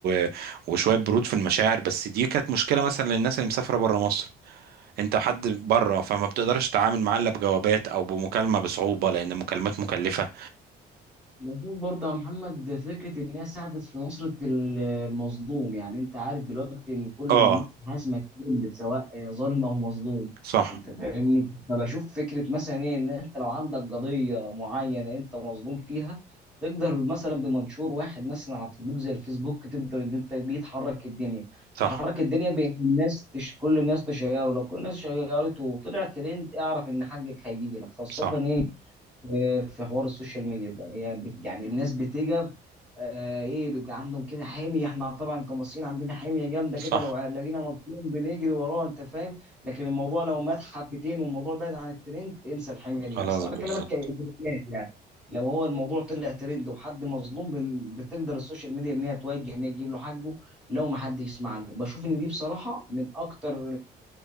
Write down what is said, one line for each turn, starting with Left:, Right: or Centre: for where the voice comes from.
Right: و... وشوية برود في المشاعر بس دي كانت مشكلة مثلا للناس اللي مسافرة بره مصر انت حد بره فما بتقدرش تتعامل معاه الا بجوابات او بمكالمة بصعوبة لان المكالمات مكلفة
Centre: بشوف برضه يا محمد فكرة إن هي ساعدت في نصرة ال- المظلوم يعني أنت عارف دلوقتي إن كله
Right: اه
Centre: بيموت في حزمة كل سواء ظالم أو مظلوم
Right: صح
Centre: أنت فاهمني فبشوف فكرة مثلا إيه إن أنت لو عندك قضية معينة أنت مظلوم فيها تقدر مثلا بمنشور واحد مثلا على تطبيق زي الفيسبوك تقدر إن أنت بيه تحرك الدنيا
Right: صح
Centre: تحرك الدنيا بين الناس تش... كل الناس تشيره لو كل الناس شيرته وطلع ترند اعرف إن حقك هيجي لك خاصة
Right: صح
Centre: إيه في حوار السوشيال ميديا ده هي بت- يعني الناس بتجف آه، ايه بيبقى عندهم كده حميه احنا طبعا كمصريين عندنا حميه جامده
Right: صح
Centre: كده لو لقينا مظلوم بنجري وراه انت فاهم لكن الموضوع لو مات حبتين والموضوع بعد عن الترند انسى الحميه دي
Right: خلاص
Centre: بس انا
Right: بالظبط
Centre: بكلمك كايجابيات يعني لو هو الموضوع طلع ترند وحد مظلوم بن- بتقدر السوشيال ميديا ان هي توجه ان هي تجيب له حقه لو ما حدش يسمع له بشوف ان دي بصراحه من اكتر